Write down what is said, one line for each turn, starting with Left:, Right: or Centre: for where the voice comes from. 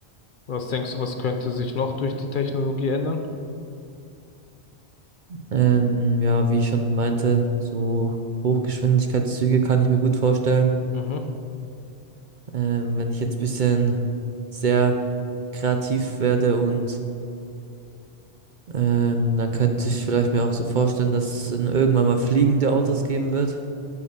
Left: Was denkst du, was könnte sich noch durch die Technologie ändern?
Right: Ähm, ja, wie ich schon meinte, so Hochgeschwindigkeitszüge kann ich mir gut vorstellen.
Left: Mhm.
Right: Ähm, wenn ich jetzt bisschen sehr kreativ werde und ähm, dann könnte ich vielleicht mir auch so vorstellen, dass es in- irgendwann mal fliegende Autos geben wird.